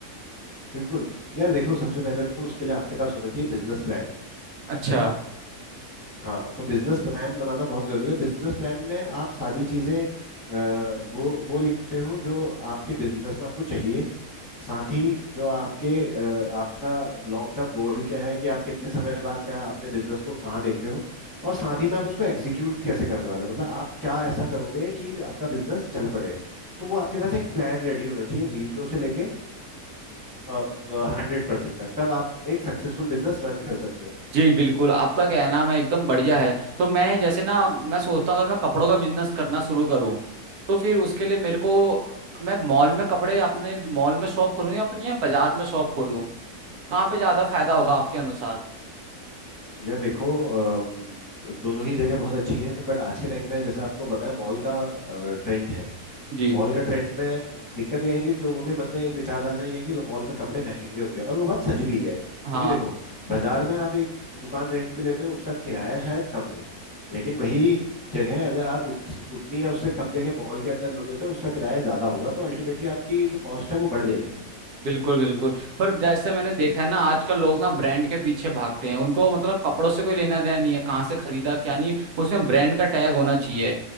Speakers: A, on the left; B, on the right.
A: बिल्कुल यार देखो सबसे पहले तो उसके लिए आपके पास होना चाहिए बिजनेस प्लान
B: अच्छा
A: है ना हाँ तो बिजनेस प्लान बनाना बहुत जरूरी है बिजनेस प्लान में आप सारी चीजें अ, वो वो लिखते हो जो आपके बिजनेस में आपको चाहिए साथ ही जो आपके अ, आपका लॉन्ग टर्म गोल क्या है कि आप कितने समय बाद क्या अपने बिजनेस को कहाँ देखते हो और साथ ही में आप उसको एग्जीक्यूट कैसे करने वाले हो मतलब आप क्या ऐसा करोगे कि आपका बिजनेस चल पड़े तो वो आपके पास एक प्लान रेडी होना चाहिए जीरो से लेके हंड्रेड परसेंट तक तब आप एक सक्सेसफुल बिजनेस रन कर सकते हो
B: जी बिल्कुल आपका कहना मैं एकदम बढ़िया है तो मैं जैसे ना मैं सोचता हूँ अगर मैं कपड़ों का बिजनेस करना शुरू करूँ तो फिर उसके लिए मेरे को मैं मॉल में कपड़े अपने मॉल में शॉप खोलूँ या अपनी या बाजार में शॉप खोलूँ कहाँ पे ज़्यादा फायदा होगा आपके अनुसार
A: यार देखो अम, दोनों ही जगह बहुत अच्छी हैं बट आज के टाइम पे जैसा आपको पता है मॉल का ट्रेंड है
B: जी
A: मॉल का ट्रेंड में दिक्कत यह है कि लोगों के मन में एक विचारधारा ये है कि मॉल में कपड़े महंगे होंगे और वो बात सच भी है क्योंकि
B: हाँ
A: देखो बाजार में आप एक दुकान रेंट पे लेते हो उसका किराया शायद कम हो लेकिन वही जगह अगर आप उत, उतनी या उससे कम जगह मॉल के अंदर लोगे तो उसका किराया ज्यादा होगा तो अल्टीमेटली आपकी जो कॉस्ट है वो बढ़ जाएगी
B: बिल्कुल बिल्कुल पर जैसे मैंने देखा है ना आजकल लोग ना ब्रांड के पीछे भागते हैं उनको मतलब कपड़ों से कोई लेना देना नहीं है कहाँ से खरीदा क्या नहीं उसमें ब्रांड का टैग होना चाहिए